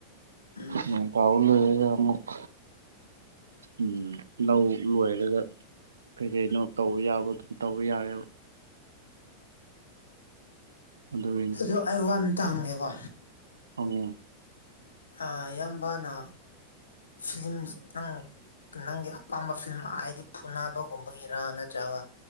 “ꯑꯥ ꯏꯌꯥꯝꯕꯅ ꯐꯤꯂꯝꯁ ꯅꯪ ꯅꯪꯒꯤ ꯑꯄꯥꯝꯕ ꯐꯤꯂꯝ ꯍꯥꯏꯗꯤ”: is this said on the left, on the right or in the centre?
Left